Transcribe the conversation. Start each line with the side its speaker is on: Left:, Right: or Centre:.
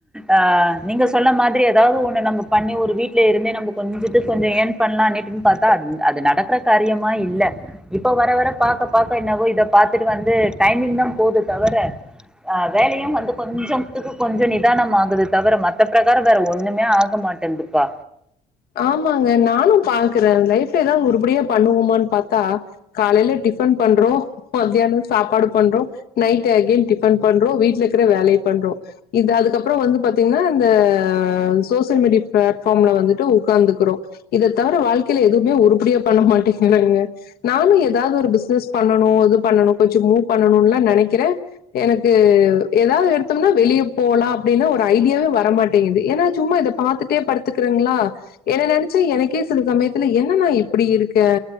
Centre: ஆஹ நீங்க சொல்ல மாத்ரி ஏதாவது ஒண்ணு நம்ம பண்ணி ஒரு வீட்ல இருந்தே நம்ம கொஞ்சத்துக் கொஞ்ச ஏன் பண்ணலாம்ன்ட்டு பாத்தா அது நடக்குற காரியமா இல்ல இப்போ வர வர பாக்க பாக்க என்னவோ இத பாத்துட்டு வந்து டைமிங் தா போது தவர ஆ வேலையும் வந்து கொஞ்சத்துக்கு கொஞ்ச நிதானம் ஆகுது தவர மத்த பிரகாரம் வேற ஒண்ணுமே ஆக மாட்டேங்துப்பா
Left: ஆமாங்க நானும் பாக்குற லைஃப் ஏதாது உருபடியா பண்ணுவோமான்னு பாத் தா காலைல டிஃபன் பண்றோ மத்யானம் சாப்பாடு பண்றோ நைட்டு எகைன் டிஃபன் பண்றோ வீட்ல இருக்ற வேலய பண்றோ இது அதுக்கப்பறம் வந்து பாத்தீங்ன்னா இந்த சோசியல் மீடியா பிளாட்பார்ம்ல வந்துட்டு உ க்காந்துக்குறோ இத தவிர வாழ்க்கையில எதுவுமே உருப்படியா பண்ண மாட்டேங்குறாங்க நானு ஏதாவ்து ஒரு பிசினஸ் பண்ணணு இது பண்ணணு கொஞ்சொ மூவ் பண்ணணுலாம் நெனக்கிற எனக்கு ஏதாது எடுத்தோம்னா வெளியே போலா அப்டின்னா ஒரு ஐடியாவே வரமாட்டேங்குது ஏன்னா சும்மா இத பாத்துட்டே படுத்துக்கறங்ளா என்ன நெனைச்சா எனக்கே சில சமயத்துல என்ன நா இப்டி இருக்கே